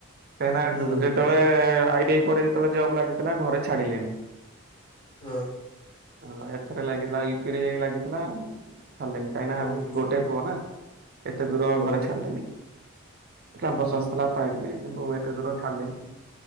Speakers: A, on the right; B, on the left.
A: କାହିଁକି ନାଁ
B: ହୁଁ
A: ଯେହେତୁ ଯେତେବେଳେ ଆଇ ଟିଆଇ ପରେ ଯେତେବେଳେ ଜବ ଲାଗିଥିଲା ଘରେ ଛାଡିଲେନି।
B: ହଁ।
A: ହଁ ଏଥରେ ଲାଗିଥିଲା ୟୁପିରେ ଯାଇକି ଲାଗିଥିଲା। ଛଡ଼ିଲେନି କାହିଁକି ନା
B: ଓହୋ
A: ଗୋଟଏ ପୁଅ ନା। ଏତେ ଦୂର
B: ଓହୋ।
A: ଘରେ ଛାଡିଲେନି। କ୍ୟାମ୍ପସ ଆସିଥିଲା ପାଇଥିଲେ କିନ୍ତୁ ଏତେ ଦୂର ଛାଡିଲନି।